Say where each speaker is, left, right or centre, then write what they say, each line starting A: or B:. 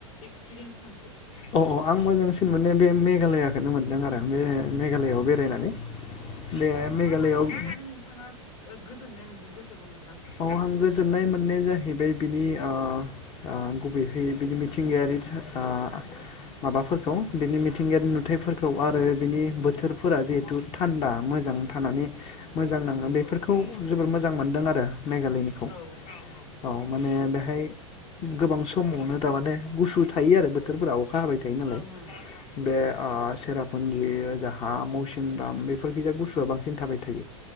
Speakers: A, on the left (about 65°); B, on the left (about 30°).
A: एक क्सपिरियन्स मोनखो
B: अ अ आं मोजांसिन मोनो बे मेगालयाखोनो मोन्दों आरो बे मेगालयाव बेरायनानै बे
A: उम
B: मेघालआव
A: मा मा नुुबोनानो नोंथाङा ओ गोजोननाय मोनखो गोसोखौ नो
B: औ आं गोजोननाय मोननाय जायो, बे बिनि ओ ओ गुबैहै बिनि मिथिंगायारि आ माबाफोरखौ बिनि मिथिंगायारि नुथायाइफोरखौ आरो बिनि बोथोरफोरा जिहेथु थान्दा मोज मोजां थानानै मोजां नाङो
A: औ
B: बेफोर खौ जोबोर
A: औ
B: मोजां मोन्दों आरो मेगालयनिखौ
A: औ
B: औ माने बेहाय गोबां समावनो थामाने गुसु थायो आरो बोथोरफोराव होबाय थायो नालाय
A: औ ओं
B: ओ
A: ओं
B: बे
A: औ
B: सेराप हा मौसिनराम बेफोरखिजा गुसुआ बांसिन थाबाय थायो